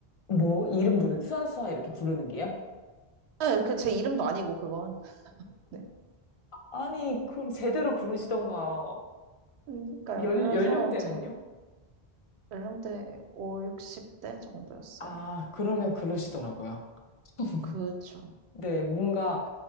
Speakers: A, on the left; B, on the right.
A: 뭐 이름 부는 수아수아 이렇게 부르는 게요?
B: 네, 그 제 이름도 아니고 그건. <laughs> 네.
A: 아니, 그럼 제대로 부르시던가.
B: 그러니까요.
A: 연
B: 그래서
A: 연령대는요?
B: 자, 연령대 5, 60대 정도였어요.
A: 아, 그러면 그러시더라고요. <laughs>
B: 그쵸.
A: 네, 뭔가